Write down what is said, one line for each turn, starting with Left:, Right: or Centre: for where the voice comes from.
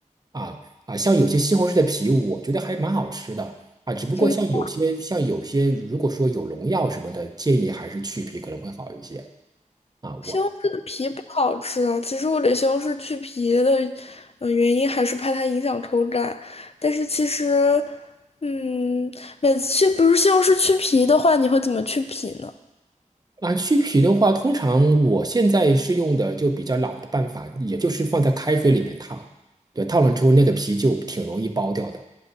Right: 啊啊，像有些西红柿的皮，我觉得还蛮好吃的啊。只不过像有些像有些，
Left: 真的，
Right: 如果说有农药什么的，建议还是去皮可能会好一些啊。
Left: 西红柿的皮不好吃啊。
Right: 我。
Left: 其实我给西红柿去皮的，呃，原因还是怕它影响口感。但是其实，嗯，每次去，比如西红柿去皮的话，你会怎么去皮呢？
Right: 啊，去皮的话，通常我现在是用的就比较老的办法，也就是放在开水里面烫，对，烫了之后那个皮就挺容易剥掉的，